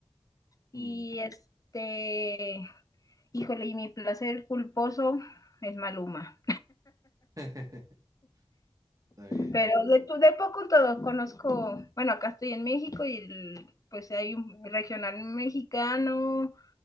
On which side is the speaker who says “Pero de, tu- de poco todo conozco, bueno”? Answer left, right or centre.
Left